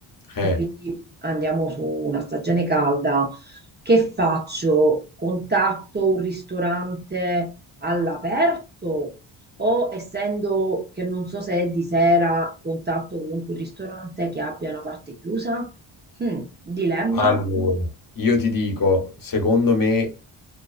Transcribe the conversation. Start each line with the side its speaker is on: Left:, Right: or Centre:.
Left: Eh,
Right: e quindi andiamo su una stagione calda, che faccio? Contatto un ristorante all'aperto o essendo che non so se è di sera, contatto comunque un ristorante che abbia una parte chiusa? Mm, dilemma?
Left: allora, io ti dico, secondo me.